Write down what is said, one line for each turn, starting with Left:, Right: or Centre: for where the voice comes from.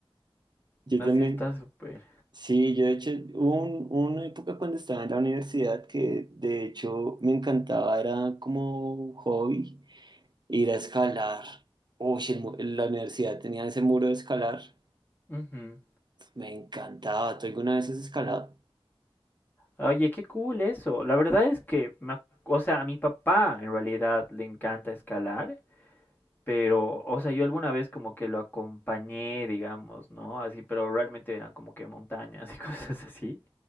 Right: Yo
Left: No,
Right: también.
Left: sí, está súper.
Right: Sí, yo de hecho, hubo un, una época cuando estaba en la universidad que de hecho me encantaba, era como hobby, ir a escalar. Uy, el mu- la universidad tenía ese muro de escalar,
Left: Ujú.
Right: me encantaba. ¿Tú alguna vez has escalado?
Left: Oye, qué cool eso. La verdad es que, me ac- o sea, a mi papá en realidad le encanta escalar, pero, o sea, yo alguna vez como que lo acompañé, digamos, ¿no? Así, pero realmente eran como que montañas y <laughs> cosas así.